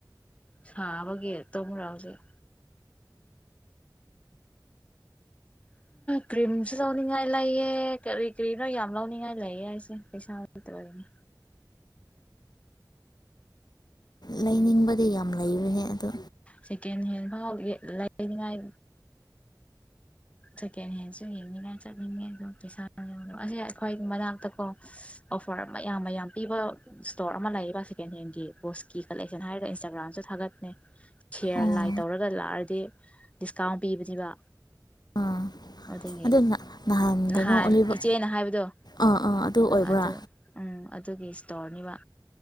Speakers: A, on the left (about 15°); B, on the left (about 65°).
A: ꯁꯥꯕꯒꯤ ꯇꯨꯝꯕ꯭ꯔꯥ ꯍꯧꯖꯤꯛ ꯀ꯭ꯔꯤꯝꯁꯨ ꯂꯧꯅꯤꯡꯉꯥꯏ ꯂꯩꯑ ꯀꯔꯤ- ꯀ꯭ꯔꯤꯝꯅꯣ ꯌꯥꯝ ꯂꯧꯅꯤꯡꯉꯥꯏ ꯂꯩꯌꯦ ꯑꯩꯁꯦ ꯄꯩꯁꯥ ꯂꯩꯇꯕꯒꯤꯅꯤ꯫
B: ꯂꯩꯅꯤꯡꯕꯗꯤ ꯌꯥꯝ ꯂꯩꯕꯅꯦ ꯑꯗꯣ
A: ꯁꯦꯀꯦꯟ ꯍꯦꯟ ꯐꯥꯎ ꯂꯩꯅꯤꯉꯥꯏ ꯁꯦꯀꯦꯟ ꯍꯦꯟꯁꯨ ꯌꯦꯡꯅꯤꯡꯉꯥꯏ ꯆꯠꯅꯤꯡꯉꯦ ꯑꯗꯨꯝ ꯄꯩꯁꯥ ꯑꯁ ꯑꯩꯈꯣꯏ ꯃꯅꯥꯛꯇꯀꯣ ꯑꯣꯐꯔ ꯃꯌꯥꯝ- ꯃꯌꯥꯝ ꯄꯤꯕ ꯏꯁꯇꯣꯔ ꯑꯃ ꯂꯩꯌꯦꯕ ꯁꯦꯀꯦꯟ ꯍꯦꯟꯒꯤ ꯕꯣꯁꯀꯤ ꯀꯂꯦꯛꯁꯟ ꯍꯥꯏꯔꯒ ꯏꯟꯁꯇꯥꯒ꯭ꯔꯥꯝꯁꯨ ꯊꯥꯒꯠꯅꯦ ꯁꯤꯌꯔ
B: ꯑꯣ
A: ꯂꯥꯏ ꯇꯧꯔꯒ ꯂꯥꯛꯑꯔꯗꯤ ꯗꯤꯁꯀꯥꯎꯟ ꯄꯤꯕꯅꯦꯕ꯫
B: ꯑꯥ
A: ꯑꯗꯨꯗꯒꯤ
B: ꯑꯗꯨ
A: ꯅꯍꯥꯟ
B: ꯀꯩꯅꯣ ꯑꯣꯂꯤꯕ
A: ꯏꯆꯦꯅ ꯍꯥꯏꯕꯗꯣ
B: ꯑꯥ ꯑꯥ
A: ꯎꯝ
B: ꯑꯣꯏꯕ꯭ꯔꯥ
A: ꯑꯗꯨ ꯎꯝ ꯑꯗꯨꯒꯤ ꯇꯣꯔꯅꯤꯕ꯫